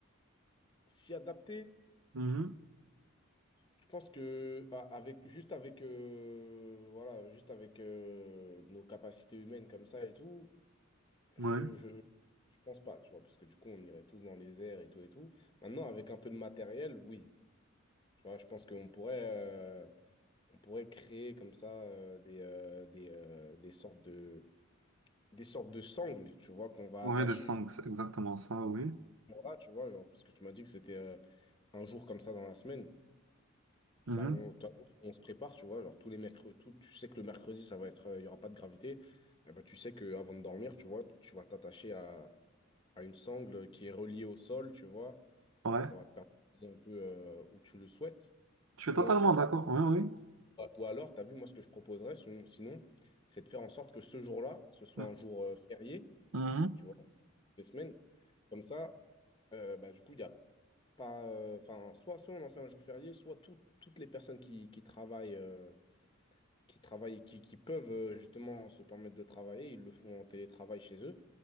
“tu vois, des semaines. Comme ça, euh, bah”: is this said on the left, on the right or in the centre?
Left